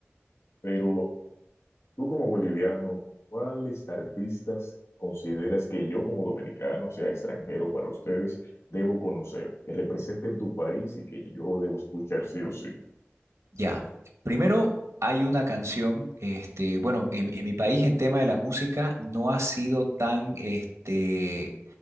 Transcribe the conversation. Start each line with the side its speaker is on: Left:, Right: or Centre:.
Left: pero tú como boliviano, ¿cuáles artistas consideras que yo como dominicano, sea extranjero para ustedes, debo conocer, que representen tu país y que yo debo escuchar sí o sí?
Right: Ya. Primero hay una canción, este, bueno, en, en mi país en tema de la música no ha sido tan, este,